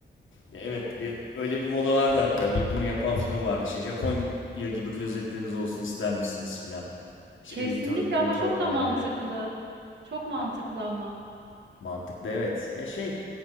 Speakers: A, on the left; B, on the right.
A: Ya evet bir öyle bir moda vardı hatta. Bir bunu yapan firma vardı. Şey Japonya gibi klozetleriniz olsun ister misiniz filan. İşte
B: Kesinlikle
A: elektronik kontrol
B: ama çok
A: panelleri.
B: da mantıklı. Çok mantıklı
A: Ya
B: ama.
A: mantıklı evet. Ya şey